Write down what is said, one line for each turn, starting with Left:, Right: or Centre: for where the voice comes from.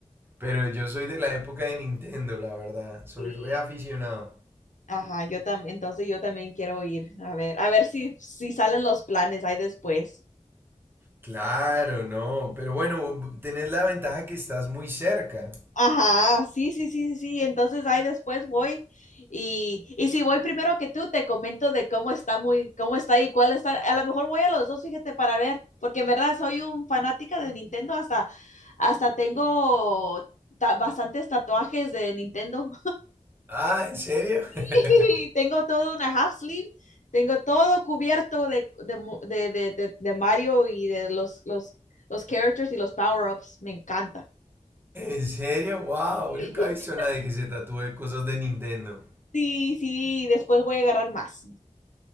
Right: pero yo soy de la época de Nintendo, la verdad. Soy
Left: Sí.
Right: reaficionado.
Left: Ajá, yo también, entonces yo también quiero ir, a ver, a ver si, si salen los planes ahí después.
Right: Claro, no, pero bueno, tenés la ventaja que estás muy cerca.
Left: Ajá, sí, sí, sí, sí, sí. Entonces ahí después voy y, y si voy primero que tú, te comento de cómo está muy, cómo está y cuál está. A lo mejor voy a los dos, fíjate, para ver, porque en verdad soy un fanática de Nintendo, hasta, hasta tengo ta- bastantes tatuajes de Nintendo.
Right: Ah, ¿en serio?
Left: <laughs>
Right: <laughs>
Left: Tengo todo una half sleeve, tengo todo cubierto de, de, mu- de, de, de- de Mario y de los, los, los characters y los power-ups. Me encanta.
Right: ¿En serio? Wow,
Left: <laughs>
Right: nunca he visto a nadie que se tatúe cosas de Nintendo.
Left: Sí, sí, después voy a agarrar más.